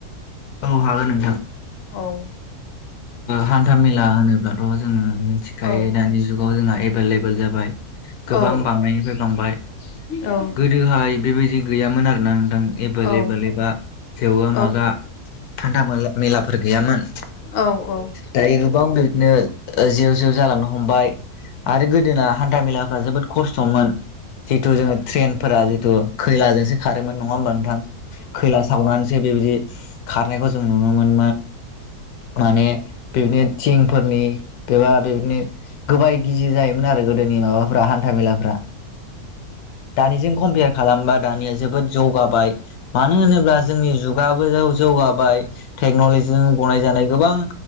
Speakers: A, on the left; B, on the left.
A: औ हागोन नोंथां
B: औ
A: हान्थामेला होनोब्लाथ' जोङो मिथिखायो
B: औ
A: दानि जुगाव जोंहा एभेलेबोेल जाबाय
B: औ
A: गोबां बांनायनिफ्राय बांबाय
B: औ
A: गोदोहाय बेबायदि गैयामोन आरोना नोंथां एबोेल
B: औ
A: एबोेल एबा जेवगा
B: औ
A: मागा हान्थाला मेलाफोर गैयामोन
B: औ औ
A: दायो गोबां बिदिनो जे जेव जालांनो हमबाय आरो गोदोना हान्था मेलाफ्रा जोबोद खस्थ'मोन जिहेथु जोङो
B: औ
A: ट्रेनफोरा जिथु खैलाजोंसो खारोमोन नङा होमबा नोंथां खैला सावनानै बेबायदि खारनायखौ जों नुनो मोन माने बेबायदिनो थिंफोरनि बेबा बेबायदिनो गोबाय गिजि जायोमोन आरो गोदोनि माबाफ्रा हान्थामेलाफ्रा दानिजों कम्पिेयार खालामबा दानिया जोबोद जौगाबाय मानो होनोब्ला जोंनि जुगाबो जौगाबाय टेक्न'लजिजों गनाय जानाय गोबां